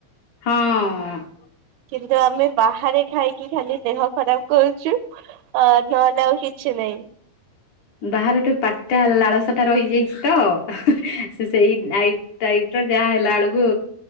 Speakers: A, on the left; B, on the right.
A: ହଁ।
B: କିନ୍ତୁ ଆମେ ବାହାରେ ଖାଇକି ଖାଲି ଦେହ ଖରାପ୍ କରୁଛୁ। ଅ ନହେଲେ ଆଉ କିଛି ନାଇଁ।
A: ବାହାରେ ଗୋଟେ ପାଟଟା ଲାଳସାଟା ରହିଯାଇଛି ତ ସେ ସେଇ ଲାଇଫ ଟାଇପର ଯାହା ହେଲା ଏଳକୁ